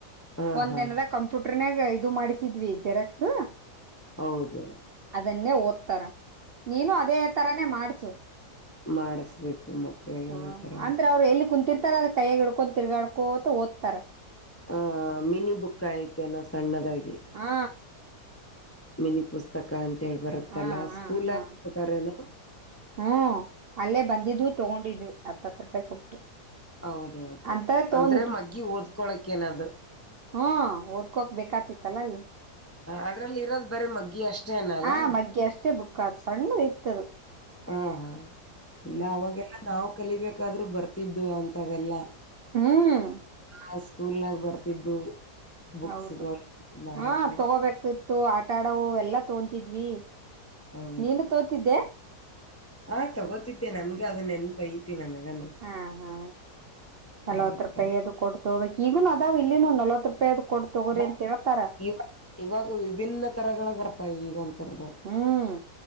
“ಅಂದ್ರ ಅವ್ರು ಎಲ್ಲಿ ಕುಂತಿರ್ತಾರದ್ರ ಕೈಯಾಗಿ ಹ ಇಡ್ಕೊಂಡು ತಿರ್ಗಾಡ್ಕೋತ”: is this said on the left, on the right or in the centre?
Right